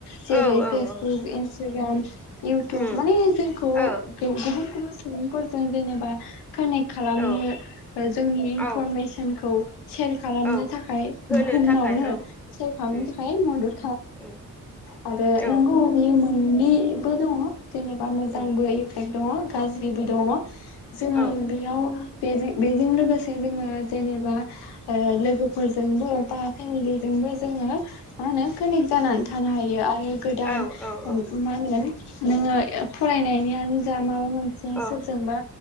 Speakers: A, on the left (about 85°); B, in the centre.
A: जेरै
B: औ औ
A: फेसबुक
B: औ
A: इन्स ताग्राम इउटुब
B: उम
A: माने जोंखौ
B: औ
A: गुबुन गुबुन सुबुंफोरजों जेनेबा कानेक्ट खालामनो
B: औ
A: जोंनि
B: औ
A: इनफरमेसनखौ सेयार खालामनो
B: औ
A: थाखाय
B: होनो
A: बुहुमावनो
B: थाखाय औ
A: सेयार खालामनो
B: उम
A: थाखाय मदद
B: उम
A: <unintelligible> आरो नोंगौ
B: औ
A: बि मोननैबो दङ। जेनेबा मोजांबो
B: उम
A: इफेक्ट दंङ गाज्रिबो दङ
B: उम
A: जोङो
B: औ
A: बेैयाव बे बेजों लोगोसे जोङो जेनेबा ओ लोगोफोरजोंबो बा फेमिलिजोंबो जोङो मा होनो कानेक्ट जानानै थानो हायो। यो आर गोदान
B: औ औ
A: मा होनो नोङो फरायनायनियानोजा मा माबा मोनसे
B: औ
A: सोरजोंबा